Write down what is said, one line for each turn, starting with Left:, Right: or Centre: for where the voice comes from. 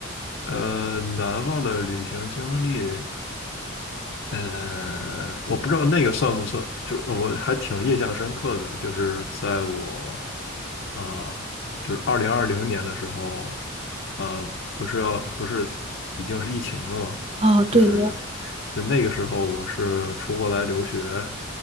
Left: 呃，难忘的旅行经历，呃，我不知道那个算不算，就是我还挺印象深刻的，就是在我呃，就是二零二零年的时候，呃，不是要不是已经是疫情了嘛，
Right: 啊，对的，
Left: 就是就那个时候我是出国来留学，